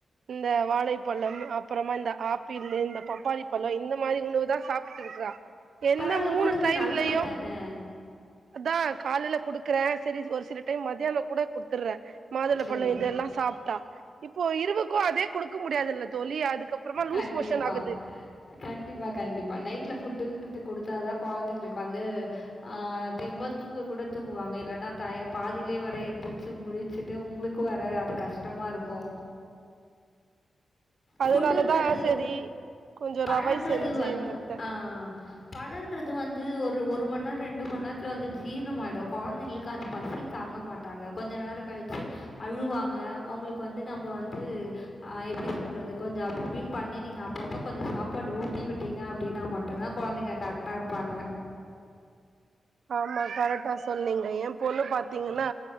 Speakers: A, on the right; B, on the left.
A: இந்த வாழைப்பழம் அப்புறமா இந்த ஆப்பிள் இந்த பப்பாளி பழோ இந்த மாதிரி உணவு தா சாப் ட்டுறா எந்த
B: பரவால்ல
A: மூணு
B: குடுங்க
A: டைம்லையோ
B: நல்லது தானே.
A: அதா கால்ல குடுக்குறே செரி ஒரு சில டைம் மத்தியானோ கூட குடுத் துர்றே மாதுளபழோ
B: சரி.
A: இதெல்லா சாப்ட்டா இப்போ இரவுக்கு அதே குடு க்க முடியாதுல்ல தோழி அதுக்கப்புறமா லூஸ்
B: கண்டிப்பா.
A: மோஷன் ஆகுது
B: கண்டிப்பா கண்டிப்பா நைட்ல ஃபுட்டுன்றது குடுத்தாதா கொழந்தைங்களுக்கு வந்து ஆ தெம்பா தூங்க கூட தூங்குவாங்க இல்லன்னா டைம் பாதிலேயே வர எந்திரிச்சு முழிச்சுட்டு உங்களு க்கு வர அது கஷ்டமாருக்கு
A: அதனாலதா
B: ஃபுட்ன்றது
A: செரி கொஞ்சோ
B: பழோன்றது
A: ரவை செஞ்சு
B: வந்து
A: எடுத்தே
B: ஆ பழோன்றது வந்து ஒரு ஒரு மண் நேரோ ரெண்டு மண் நேரத்துல வந்து ஜீரணமாயிடு கொழந்தைங்களுக்கு அது பசி தாங்க மாட் டாங்க கொஞ்ச நேரோ கழச்சு அழுவாங்க அவுங்களுக்கு வந்து நம்ம வந்து ஆ எப்டி சொல்றது கொஞ்சோ அப்டி இப்டி பண்ணி நீங்க அப்பப்போ கொஞ்சோ சாப்பாட்டு ஊட்டி விட்டீங்க அப்டினா மட்டு தா கொழந்தைங்க கரெக்டாருப் ப்பாங்க
A: ஆமா கரெக்டா சொன்னீங்க ஏ பொண்ணு பாத்தீங்கன்னா